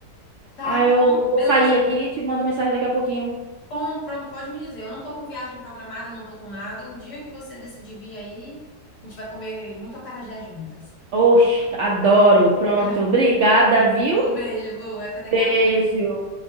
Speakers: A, on the left; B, on the right.
A: Tá,
B: Aí
A: tá
B: eu
A: bom,
B: vou
A: beleza.
B: sair aqui e te mando mensagem daqui a pouquinho.
A: Bom, pronto, pode me dizer. Eu não tô com viagem programada, não tô com nada. O dia que você decidir vir aí, a gente vai comer muito acarajé juntas.
B: Oxe, adoro. Pronto.
A: <laughs>
B: Obrigada, viu?
A: Um beijo, Lu. Até daqui
B: Beijo.
A: a pouco.